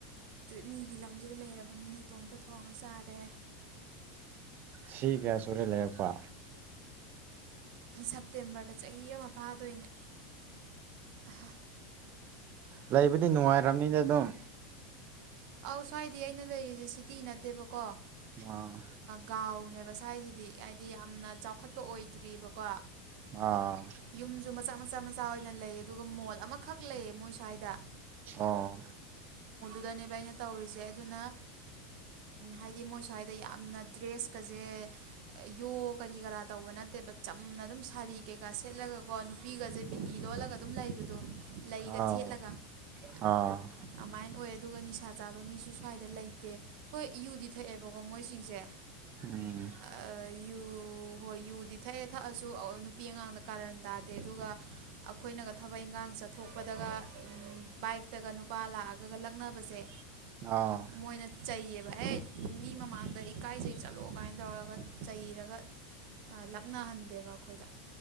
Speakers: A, on the right; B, on the right.
A: ꯃꯤꯒꯤ ꯂꯝꯁꯤꯗ ꯂꯩꯔꯕꯅꯤꯅ ꯏꯇꯣꯝꯇ ꯊꯣꯡꯉ ꯆꯥꯔꯦ
B: ꯁꯤ ꯀꯌꯥ ꯁꯨꯔꯦ ꯂꯩꯔꯛꯄ
A: ꯁꯦꯞꯇꯦꯝꯕꯔꯗ ꯆꯍꯤ ꯑꯃ ꯐꯥꯗꯣꯏꯅꯦ ꯑ
B: ꯂꯩꯕꯨꯗꯤ ꯅꯨꯡꯉꯥꯏꯔꯕꯅꯤꯅ ꯑꯗꯨꯝ
A: ꯑꯧ ꯁ꯭ꯋꯥꯏꯗ ꯑꯩꯅ ꯂꯩꯔꯤꯁꯦ ꯁꯤꯇꯤ ꯅꯠꯇꯦꯕꯀꯣ
B: ꯑꯥ
A: ꯒꯥꯎꯅꯦꯕ ꯁ꯭ꯋꯥꯁꯤꯗꯤ ꯌꯥꯝꯅ ꯆꯥꯎꯈꯠꯄ ꯑꯣꯏꯗ꯭ꯔꯤꯕꯔꯤꯕꯀꯣ
B: ꯑꯥ
A: ꯌꯨꯝꯁꯨ ꯃꯆꯥ ꯃꯆꯥ ꯃꯆꯥ ꯑꯣꯏ ꯅ ꯂꯩ ꯑꯗꯨꯒ ꯃꯣꯜ ꯑꯃꯈꯛ ꯂꯩꯌꯦ ꯃꯣꯏ ꯁ꯭ꯋꯥꯏꯗ
B: ꯑꯥ
A: ꯑꯗꯨꯗꯅꯦꯕ ꯑꯩꯅ ꯇꯧꯔꯤꯁꯦ ꯑꯗꯨꯅ ꯍꯥꯏꯗꯤ ꯃꯣꯏ ꯁ꯭ꯋꯥꯏꯗ ꯌꯥꯝꯅ ꯗ꯭ꯔꯦꯁ ꯀꯖꯦ ꯌꯣ ꯀꯔꯤ ꯀꯔꯥ ꯇꯧꯕ ꯅꯠꯇꯦꯕ ꯆꯝꯅ ꯑꯗꯨꯝ ꯁꯥꯔꯤ ꯀꯩꯀꯥ ꯁꯦꯠꯂꯒꯀꯣ ꯕꯤꯒꯖꯤꯦ ꯕꯤꯇꯤ ꯂꯣꯜꯂꯒ ꯑꯗꯨꯝ ꯂꯩꯕꯗꯨꯣ ꯂꯩꯒ
B: ꯑꯥꯎ
A: ꯊꯦꯠꯂꯒ
B: ꯑꯥ
A: ꯑꯗꯨꯃꯥꯏꯅ ꯑꯣꯏ ꯄꯩꯁꯥ ꯆꯥꯕ ꯃꯤꯁꯨ ꯁ꯭ꯋꯥꯏꯗ ꯂꯩꯇꯦ ꯍꯣꯏ ꯏꯨꯗꯤ ꯊꯛꯑꯦꯕꯀꯣ ꯃꯣꯏꯁꯤꯡꯁꯦ
B: ꯎꯝ
A: ꯑ, ꯌꯨ ꯍꯣꯏ ꯌꯨꯗꯤ ꯊꯛꯑꯦ ꯊꯛꯑꯁꯨ ꯅꯨꯄꯤ ꯑꯉꯥꯡꯗ ꯀꯥꯔꯟ ꯇꯥꯗꯦ ꯑꯗꯨꯒ ꯑꯩꯈꯣꯏꯅꯒ ꯊꯕꯛ ꯏꯪꯈꯥꯡꯁꯦ ꯆꯠꯊꯣꯛꯄꯗꯒ ꯕꯥꯏꯛꯇꯒ ꯅꯨꯄꯥ ꯂꯥꯛꯑꯒꯒ ꯂꯛꯅꯕꯁꯦ
B: ꯑ
A: ꯃꯣꯏꯅ ꯆꯩꯌꯦꯕ ꯑꯦ ꯃꯤ ꯃꯃꯥꯡꯗ ꯏꯀꯥꯏꯆꯩ ꯆꯠꯂꯣ ꯀꯥꯏꯅ ꯇꯧꯔꯒ ꯆꯩꯔꯒ ꯂꯛꯅꯍꯟꯗꯦꯕ ꯑꯩꯈꯣꯏꯗ